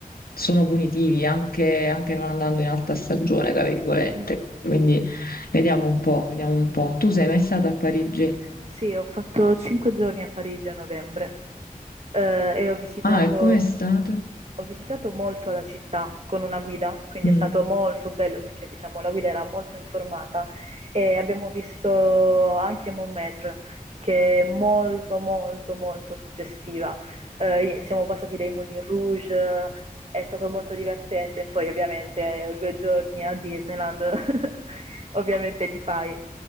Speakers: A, on the left; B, on the right.
A: sono punitivi anche, anche non andando in alta stagione, tra virgolette.
B: Mm-mm.
A: Quindi vediamo un po', vediamo un po'. Tu sei mai stato a Parigi?
B: Sì, ho fatto cinque giorni a Parigi a novembre. eh, e ho visitato,
A: Ah, e com'è stato?
B: ho visitato molto la città con una guida, quindi
A: Mm.
B: è stato molto bello perché diciamo la guida era molto informata e abbiamo visto anche Montmartre che è molto molto molto suggestiva. Eh, siamo passati dai Moulin Rouge, è stato molto divertente e poi ovviamente eh, due giorni a Disneyland <laughs> ovviamente li fai.